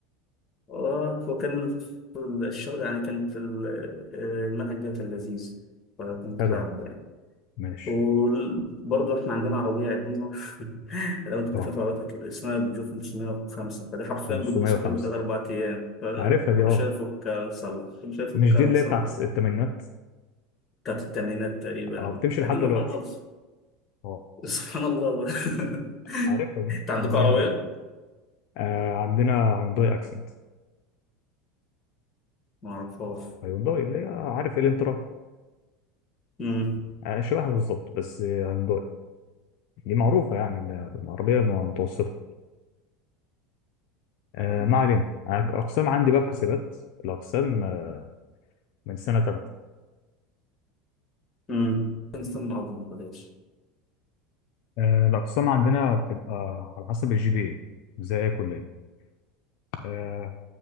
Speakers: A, on the left; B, on the left.
A: اه هو كان في الش- يعني كان في ال- آه، المنهج ده كان لذيذ فكنت
B: حلو
A: حابه
B: والله
A: يعني.
B: ماشي
A: وبرضه احنا عندنا عربية قديمة <laughs> لو انت بتفهم
B: اه
A: في عربيتك اسمها بيجو 505 فدي حرفيا
B: 505
A: بتبوظ كل تلات أربع أيام فكل
B: عارفها دي اه
A: شوية نفكها ونصلح كل شوية نفكها
B: مش دي
A: ونصلح
B: اللي هي بتاعت الثمانينات
A: بتاعت التمانينات تقريبا
B: اه بتمشي
A: اه. قديمة
B: لحد دلوقتي
A: خالص
B: اه
A: <laughs> سبحان الله بقى. <laughs>
B: عارفها دي
A: انت عندكم
B: آه، 100
A: عربية؟
B: 100 آه عندنا هيونداي اكسنت
A: ما اعرفهاش
B: هيونداي اللي هي عارف الانترا
A: امم
B: آه، شبهها بالظبط بس آه، هيونداي دي معروفة يعني ده عربية م- متوسطة آه، ما علينا أنا ك- أقسام عندي بقى الحاسبات الأقسام آه، من سنة تالتة
A: امم نستنى الأرض بلاش
B: آه، الأقسام عندنا بتبقى على حسب الجي بي إيه زي أي كلية آه،